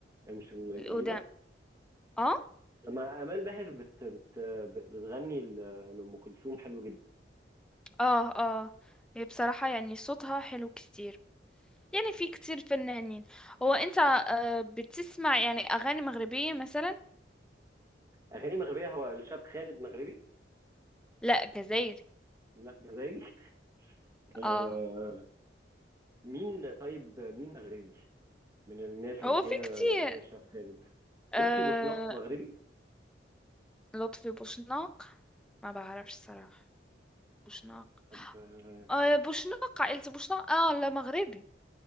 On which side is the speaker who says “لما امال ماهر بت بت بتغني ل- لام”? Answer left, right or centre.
Right